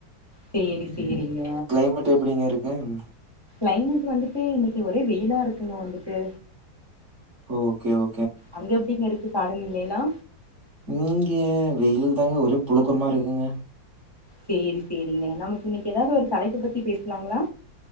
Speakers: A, on the left; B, on the right.
A: சேரி சேரிங்க
B: கிளைமேட் எப்படிங்கருக் ஏங்
A: கிளைமேட் வந்துட்டு இன்னக்கு ஒரே வெயிலா இருக்குங்க வந்துட்டு
B: ஓகே ஓ
A: அங்க எப்டிங்கருக்கு பாலும் இல்லைலா
B: இங்கே வெயில் தாங்க ஒரே புழுக்கமா இருக்குங்க
A: சேரி சேரிங்க நமக் இன்னிக் எதாது ஒரு தலைப்பு பத்தி பேஸ்லாங்ளா